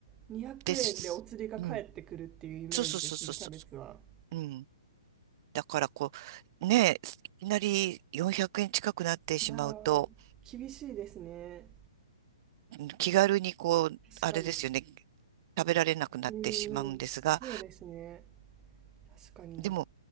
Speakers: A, on the right (about 20°); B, on the right (about 45°).
A: 200円でお釣りが返ってくるっていうイメージですね、
B: です。うん。そうそうそうそうそ
A: キャベツは。
B: う。うん。だからこう、ねえ、いきなり400円近くなってしまうと、
A: いやー、厳しいですね。
B: うん気軽にこう、
A: 確かに。
B: あれですよね、食べられなくなってしまうんですが、
A: うーん、そうですね。確かに。
B: でも、